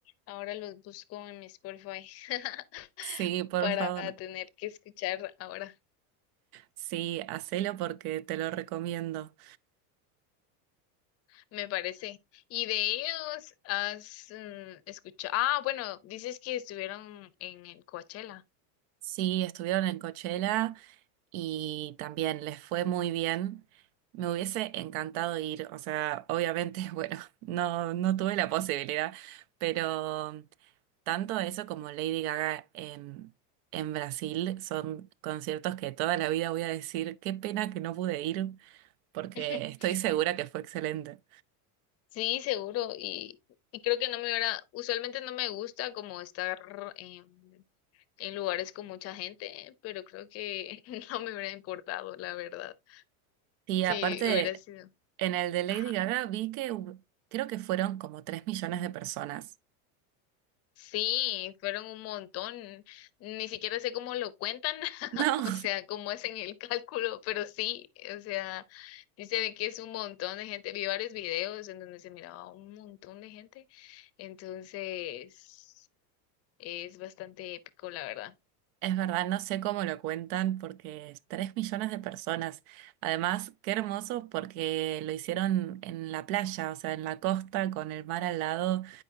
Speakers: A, on the left; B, on the right.
A: Ahora los busco en mi Spotify <laughs>
B: Sí, por
A: para
B: favor.
A: tener que escuchar ahora,
B: Sí, hacelo porque te lo recomiendo.
A: me parece. ¿Y de ellos has escuchado? Ah, bueno, dices que estuvieron en el Coachella.
B: Sí, estuvieron en Coachella y también les fue muy bien. Me hubiese encantado ir, o sea, obviamente, <laughs> bueno, no, no tuve la posibilidad, pero tanto eso como Lady Gaga en, en Brasil son conciertos que toda la vida voy a decir, qué pena que no pude ir, porque
A: <laughs>
B: estoy segura que fue excelente.
A: Sí, seguro. Y, y creo que no me hubiera, usualmente no me gusta como estar em, en lugares con mucha gente, ¿eh? pero creo que <laughs> no me hubiera importado, la verdad.
B: Y
A: Sí,
B: aparte,
A: hubiera sido.
B: en el de Lady
A: Ajá.
B: Gaga vi que hub- creo que fueron como 3 millones de personas.
A: Sí, fueron un montón. Ni siquiera sé cómo lo cuentan, <laughs>
B: No,
A: o sea, cómo hacen el cálculo, pero sí, o sea, sí se ve que es un montón de gente. Vi varios videos en donde se miraba un montón de gente. Entonces... Es bastante épico, la verdad.
B: <laughs> es verdad, no sé cómo lo cuentan porque es 3 millones de personas. Además, qué hermoso porque lo hicieron en la playa, o sea, en la costa con el mar al lado.